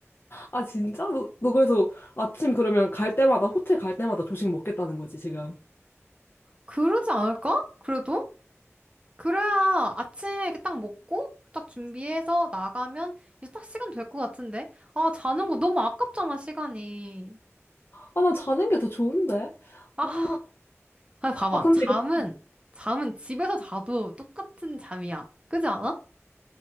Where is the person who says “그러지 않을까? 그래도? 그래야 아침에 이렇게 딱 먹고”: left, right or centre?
Right